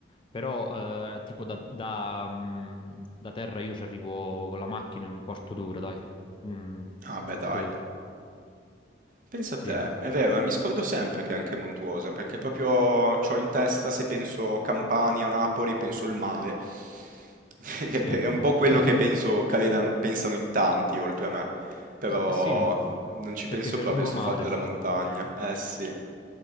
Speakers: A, on the left; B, on the right.
A: però eh, tipo da, da, mm, da terra io ci arrivo con la macchina in un quarto d'ora, dai. Mm,
B: Ah beh
A: quarto
B: dai,
A: d'ora,
B: pensa
A: sì,
B: a te, è vero, eh, mi scordo sempre che è anche montuosa, perché proprio ho in testa, se penso Campania, Napoli, penso il mare, <laughs> che
A: sì.
B: è un po' quello
A: <laughs>
B: che penso, che pensano in tanti, oltre a me. però
A: Eh, eh, sì,
B: non ci
A: perché
B: penso
A: c'è
B: proprio
A: il lungomare.
B: a sto fatto della montagna. Eh sì.